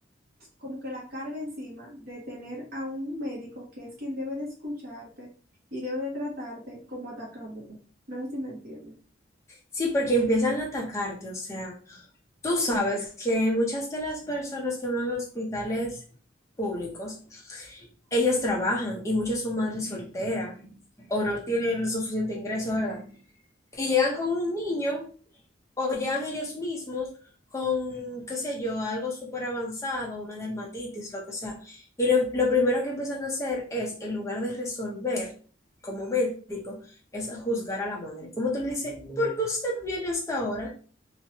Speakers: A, on the right; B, on the left.
A: como que la carga encima de tener a un médico que es quien debe de escucharte y debe de tratarte como atacándote. No sé si me entiendes.
B: Sí, porque empiezan a atacarte. O sea, tú sabes que muchas de las personas que van a hospitales públicos, ellas trabajan y muchas son madres solteras o no tienen el suficiente ingreso, ¿verdad? Y llegan con un niño O llegan ellos mismos con, qué sé yo, algo súper avanzado, una dermatitis, lo que sea. Y lo, lo primero que empiezan a hacer es, en lugar de resolver como médico, es juzgar a la madre. Como tú le dices, ¿por qué usted viene hasta ahora?